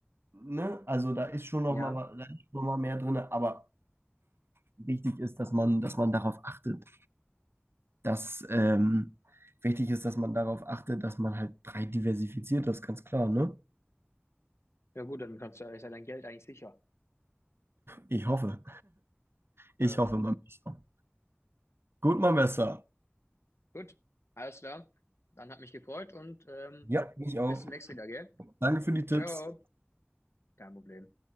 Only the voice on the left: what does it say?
Ja.
Ja gut, dann kannst du, ist ja dein Geld eigentlich sicher.
Für,
mhm. Gut, alles klar. Dann hat mich gefreut und ähm,
bis zum nächsten Mal, gell?
Ciao. Kein Problem.